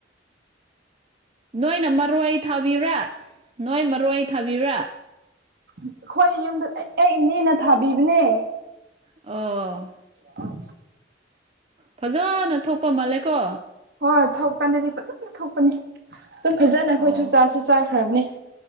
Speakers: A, on the right; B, on the right.
A: ꯅꯣꯏꯅ ꯃꯔꯣꯏ ꯊꯥꯕꯤꯕꯔꯥ ꯅꯣꯏ ꯃꯔꯣꯏ ꯊꯥꯕꯤꯕꯔꯥ
B: ꯑꯩꯈꯣꯏ ꯌꯨꯝꯗ ꯑꯩ ꯏꯅꯦꯅ ꯊꯥꯕꯤꯕꯅꯦ
A: ꯑꯣ
B: <unintelligible>
A: ꯐꯖꯅ ꯊꯣꯛꯄ ꯃꯥꯜꯂꯦꯀꯣ
B: ꯍꯣꯏ ꯍꯣꯏ ꯊꯣꯛꯀꯥꯟꯗꯗꯤ ꯐꯖꯅ ꯊꯣꯛꯄꯅꯤ ꯑꯗꯨꯝ ꯐꯖꯅ ꯑꯩꯈꯣꯏꯁꯨ
A: ꯑꯣ
B: ꯆꯥꯁꯨ ꯆꯥꯈ꯭ꯔꯕꯅꯤ